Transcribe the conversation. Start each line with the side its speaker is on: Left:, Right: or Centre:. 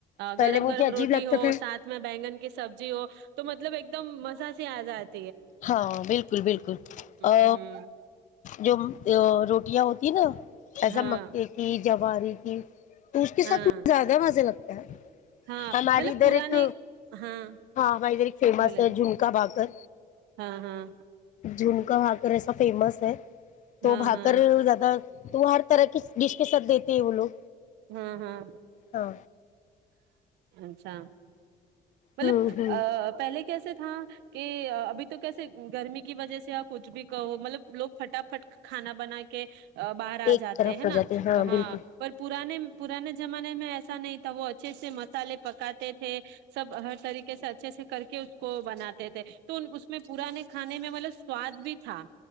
Left: پہلے
Right: گرم
Left: مجھے
Right: گرم
Left: عجیب
Right: روٹی
Left: لگتا
Right: ہو
Left: تھا
Right: ساتھ میں بینگن کی سبزی ہو تو مطلب ایک دم مساج سے آزاد
Left: ہاں بالکل بالکل ا
Right: ہ
Left: جو روٹیاں ہوتی نا ایسا
Right: ہاں
Left: مک کہ جواری کی تو اس کے ساتھ
Right: ہاں
Left: مجھے زیادہ مزہ لگتا ہے
Right: ہاں
Left: ہماری
Right: مطلب
Left: ادھر
Right: پرانے
Left: ایک
Right: ہاں
Left: ہاں ہمے ادھر ایک فیمس
Right: بولے
Left: ہے جھمکا بھااکر
Right: ہاں ہاں
Left: جھومکا واگرر ایسا فیمس ہے تو
Right: ہاں
Left: بھا
Right: ہاں
Left: کر زیادہ تو وہ ہر طرح کی ڈش کے ساتھ دیتے ہیں وہ لوگ
Right: ہوں ہوں
Left: ہاں
Right: اچھا مطلب
Left: ہوں ہوں
Right: پہلے کیسے تھا کہ تو کسے گرمی کی وجہ سے آپ کچھ بھی کہو مطلب لوگ فٹافٹ کھانا بنا کے باہر آ
Left: ایک
Right: جاتے
Left: طرف
Right: ہے
Left: ہو
Right: نا
Left: ہیں
Right: ہاں
Left: بالکل
Right: پر پرانے زمانے میں ایسا نہیں تھا وہ اچھے سے مسالے پکاتے تھے سب ہر طریقے سے اچھے سے کر کے اس کو بناتے تھے تو اس میں پرانے کھے میں مطلب سواد بھی تھا